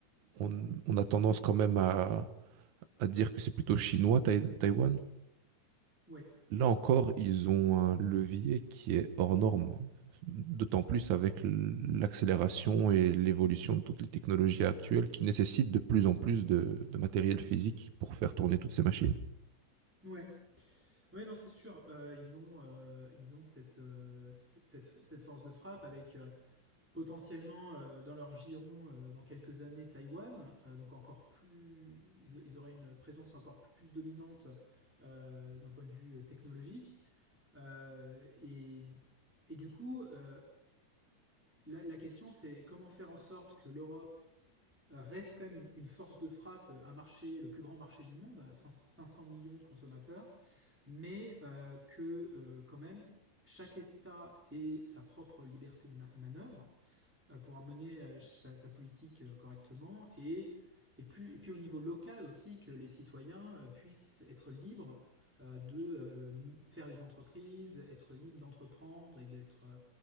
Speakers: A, on the right (about 75°); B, in the centre.
A: on, on a tendance quand même à, à dire que c'est plutôt chinois, Taï- Taïwan.
B: Oui,
A: Là encore, ils ont un levier qui est hors norme, d'autant plus avec l- l'accélération et l'évolution de toutes les technologies actuelles qui nécessitent de plus en plus de, de matériel physique pour faire tourner toutes ces machines.
B: ouais. Oui, non, c'est sûr. euh, ils ont, euh, ils ont cette, euh, c- cette, cette force de frappe avec euh, potentiellement euh, dans leur giron euh, dans quelques années Taïwan. euh, donc encore plus, ils, ils auraient une présence encore plus dominante euh, d'un point de vue euh, technologique. Euh, et, et du coup, euh, la, la question c'est comment faire en sorte que l'Europe Euh, reste quand même une, une, force de frappe, euh, un marché, le plus grand marché du monde, à 500 millions de consommateurs, mais euh, que euh, quand même chaque État ait sa propre liberté de manœuvre euh, pour mener euh, sa, sa, politique euh, correctement et, et, puis, et puis au niveau local aussi que les citoyens euh, puissent être libres euh, de euh, faire des entreprises, être libres d'entreprendre et d'être Euh,